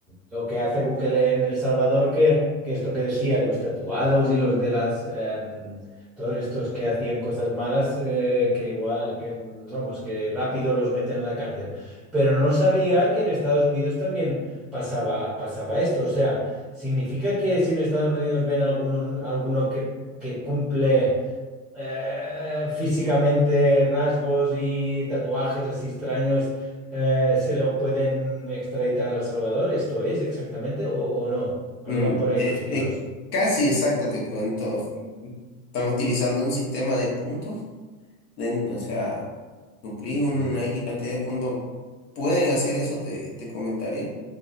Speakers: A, in the centre; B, on the left.
A: lo que hace Bukele en El Salvador, que, que esto que decías, los tatuados y los de las, em, todos estos que hacían cosas malas, eh, que igual, que, vamos, que rápido los meten en la cárcel. Pero no sabía que en Estados Unidos también pasaba, pasaba esto. O sea, ¿significa que si en Estados Unidos ven alguno, alguno que, que cumple eh, físicamente rasgos y tatuajes así extraños eh, se lo pueden extraditar a El Salvador? ¿Esto es exactamente? ¿O, o no? ¿O
B: Mm,
A: no van por ahí
B: es-
A: los tiros?
B: eh, casi exacto, te cuento. Están utilizando un sistema de puntos, de- o sea, cumplís una
A: Mm.
B: X cantidad de puntos. Pueden hacer eso, te, te comentaré,